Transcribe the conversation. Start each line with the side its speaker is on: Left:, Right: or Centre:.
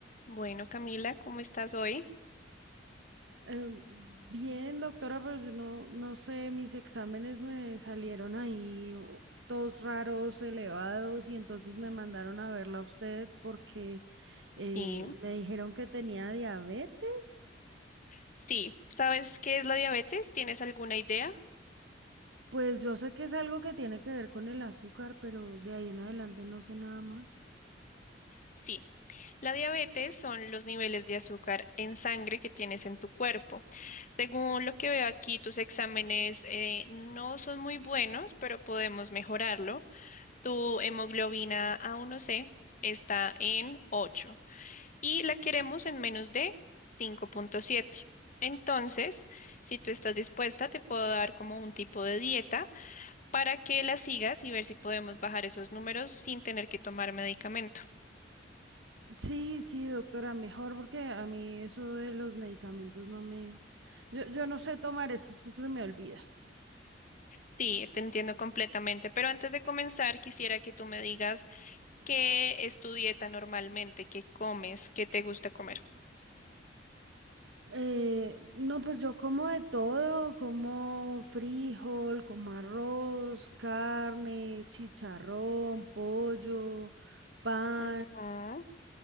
Left: Bueno, Camila, ¿cómo estás hoy?
Right: Eh, bien, doctora, pero yo no, no sé, mis exámenes me salieron ahí u- todos raros, elevados, y entonces me mandaron a verla a usted porque eh,
Left: Y
Right: me dijeron que tenía diabetes.
Left: sí, ¿sabes qué es la diabetes? ¿Tienes alguna idea?
Right: Pues yo sé que es algo que tiene que ver con el azúcar, pero de ahí en adelante no sé nada más.
Left: Sí, la diabetes son los niveles de azúcar en sangre que tienes en tu cuerpo. Según lo que veo aquí, tus exámenes eh, no son muy buenos, pero podemos mejorarlo. Tu hemoglobina A1C está en 8 y la queremos en menos de cinco punto siete. Entonces, si tú estás dispuesta, te puedo dar como un tipo de dieta para que las sigas y ver si podemos bajar esos números sin tener que tomar medicamento.
Right: Sí, sí, doctora, mejor porque a mí eso de los medicamentos no me... Yo, yo no sé tomar eso, eso se me olvida.
Left: Sí, te entiendo completamente, pero antes de comenzar quisiera que tú me digas qué es tu dieta normalmente, qué comes, qué te gusta comer.
Right: Eh, no, pues yo como de todo, como frijol, como arroz, carne, chicharrón, pollo, pan,
Left: Ujú.